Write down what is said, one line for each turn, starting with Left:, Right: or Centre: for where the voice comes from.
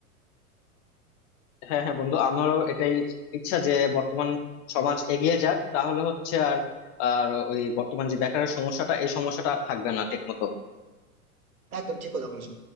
Left: হ্যাঁ হ্যাঁ বন্ধু আমারও এটাই ইচ্ছা যে বর্তমান সমাজ এগিয়ে যাক তাহলে হচ্ছে আর আর ওই বর্তমান যে বেকারের সমস্যাটা এই সমস্যাটা আর থাকবে না ঠিক মতো
Right: একদম ঠিক কথা বলেছো